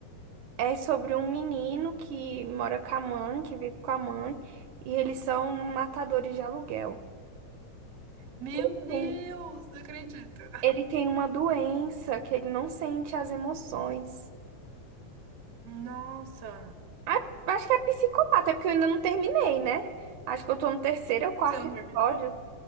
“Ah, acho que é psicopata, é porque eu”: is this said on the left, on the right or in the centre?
Right